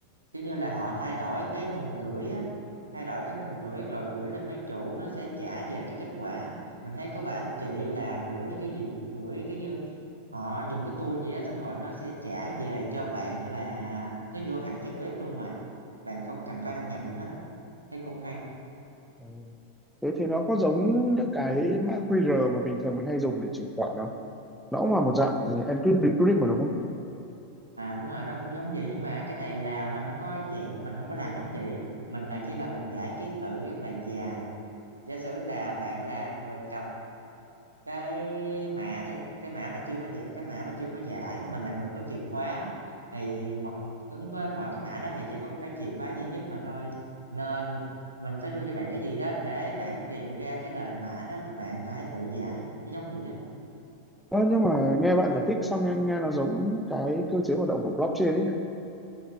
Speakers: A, on the right; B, in the centre.
A: kiểu như là họ thay đổi cái nguồn gửi á thay đổi cái nguồn gửi rồi gửi lên mấy chủ nó sẽ trả về cái kết quả mình thấy có vài anh chị là gửi lên cái gì gửi cái như họ dùng cái tool gì á xong rồi nó sẽ trả về cho bạn là nó vô hẳn trang web luôn mà bạn không cần phải đăng nhập gì hết á thấy cũng hay
B: Ừ. thế thì nó có giống những cái mã QR mà bình thường mình hay dùng để chuyển khoản không nó cũng là một dạng encrypt decrypt mà đúng không
A: à đúng rồi nó cũng giống vậy nhưng mà cái này là mình không có dạng mình không có làm giống vậy mình là chỉ là một dãy ký tự rất là dài giả sử là bạn là người cầm cái mã đây cái mã mà chưa có giải cái mã mà chưa có giải mình là người có chìa khóa thì mo- ứng với mỗi cái mã đó thì chỉ có một cái chìa khóa duy nhất mà thôi nên mình phải đưa cho bạn cái gì đó để bạn tìm ra cái lời mã đó và bạn phải tự giải nó giống gì á
B: Ờ, nhưng mà nghe bạn giải thích xong nghe, nghe nó giống cái cơ chế hoạt động của blockchain ấy nhỉ